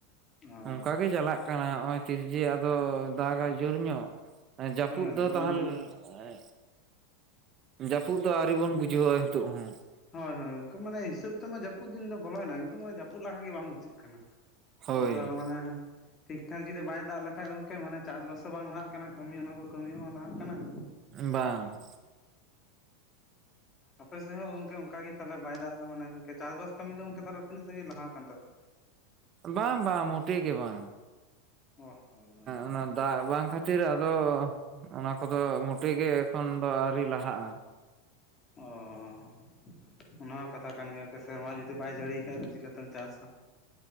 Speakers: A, on the left; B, on the right.
A: ᱚ
B: ᱚᱱᱠᱟ ᱜᱮ ᱪᱟᱞᱟᱜ ᱠᱟᱱᱟ ᱱᱚᱜᱼᱚᱭ ᱛᱤᱥ ᱡᱮ ᱟᱫᱚ ᱫᱟᱜᱟ ᱡᱳᱨ ᱧᱚᱜ ᱾ ᱮᱸ ᱡᱟᱹᱯᱩᱫ
A: ᱦᱮᱸ
B: ᱫᱚ
A: ᱚᱱᱠᱟ
B: ᱛᱟᱦᱚᱞᱮ
A: ᱢᱟᱱᱮ
B: ᱮᱸᱜ ᱡᱟᱹᱯᱩᱫ ᱫᱚ ᱟᱹᱣᱨᱤ ᱵᱚᱱ ᱵᱩᱡᱷᱟᱹᱣᱟ ᱱᱤᱛᱚᱜ ᱦᱚᱸ ᱾
A: ᱦᱳᱭ ᱦᱳᱭ ᱢᱟᱱᱮ ᱦᱤᱥᱟᱹᱵᱽ ᱛᱮᱢᱟ ᱢᱟ ᱡᱟᱹᱯᱩᱫᱤᱱ ᱫᱚ ᱵᱚᱞᱚᱭᱮᱱᱟ᱾ ᱠᱤᱱᱛᱩ ᱢᱟᱱᱮ ᱡᱟᱹᱯᱩᱫ ᱞᱮᱠᱟ ᱜᱮ ᱵᱟᱝ ᱵᱩᱡᱷᱟᱹᱜ ᱠᱟᱱᱟ ᱾
B: ᱦᱳᱭ
A: ᱟᱫᱚ ᱢᱟᱱᱮ ᱴᱷᱤᱠ ᱴᱷᱟᱠ ᱡᱩᱫᱤ ᱵᱟᱭ ᱫᱟᱜ ᱞᱮ ᱠᱷᱟᱡ ᱜᱚᱝᱠᱮ ᱢᱟᱱᱮ ᱪᱟᱥ ᱵᱟᱥ ᱦᱚᱸ ᱵᱟᱝ ᱞᱟᱦᱟᱜ ᱠᱟᱱᱟ ᱠᱟᱹᱢᱤ ᱚᱱᱟ ᱠᱚ ᱠᱟᱹᱢᱤ ᱵᱟᱝ ᱞᱟᱦᱟᱜ ᱠᱟᱱᱟ ᱾
B: ᱵᱟᱝ
A: ᱟᱯᱮ ᱥᱮᱫ ᱦᱚᱸ ᱜᱚᱝᱠᱮ ᱚᱱᱠᱟᱜ ᱜᱮ ᱛᱟᱦᱚᱞᱮ ᱵᱟᱭ ᱫᱟᱜ ᱮᱫᱟ, ᱢᱟᱱᱮ ᱪᱟᱥ ᱵᱟᱥ ᱠᱟᱹᱢᱤ ᱫᱚ ᱜᱚᱝᱠᱮ ᱛᱟᱦᱞᱮ ᱛᱤᱱᱟᱹᱜ <unintelligible> ᱞᱟᱦᱟ ᱟᱠᱟᱱ ᱛᱟᱯᱮᱭᱟ?
B: ᱵᱟᱝ ᱵᱟᱝ ᱢᱚᱴᱮ ᱜᱮ ᱵᱟᱝ
A: ᱚ ᱦᱚᱸ
B: ᱚᱱᱟ ᱫᱟᱜ ᱵᱟᱝ ᱠᱷᱟᱹ ᱛᱤᱨ ᱟᱫᱚ ᱚᱱᱟ ᱠᱚᱫᱚ ᱢᱩᱴᱤ ᱜᱮ ᱮᱠᱷᱚᱱ ᱫᱚ ᱟᱹᱣᱨᱤ ᱞᱟᱦᱟᱜᱼᱟ ᱾
A: ᱚᱸ ᱚᱱᱟ ᱦᱚᱸ ᱠᱟᱛᱷᱟ ᱠᱟᱱ ᱜᱮᱭᱟ, ᱥᱮᱨᱢᱟ ᱡᱩᱫᱤ ᱵᱟᱭ ᱡᱟᱹᱲᱤᱭ ᱠᱷᱟᱡ ᱫᱚ ᱪᱤᱠᱟᱹᱛᱮᱢ ᱪᱟᱥᱟ ᱾